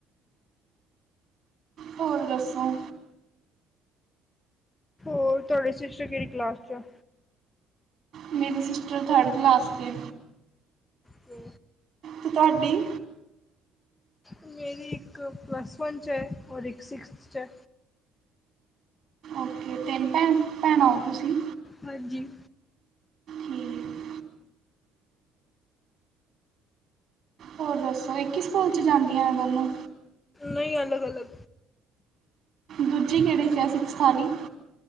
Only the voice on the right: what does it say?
ਹੋਰ ਦੱਸੋ?
ਮੇਰੀ ਸਿਸਟਰ ਥਰਡ ਕਲਾਸ ਤੇ।
ਤੇ ਤੁਹਾਡੀ।
ਓਕੇ, ਤਿੰਨ ਭੈਣ ਭੈਣਾਂ ਹੋ ਤੁਸੀਂ।
ਠੀਕ। ਹੋਰ ਦੱਸੋ, ਇਕ ਈ ਸਕੂਲ ਚ ਜਾਂਦੀਆਂ ਐ ਦੋਨੋਂ?
ਦੂਜੀ ਕੇਹੜੇ ਚੈ ਹੈ ਸਿੱਕਸਥ ਆਲੀ?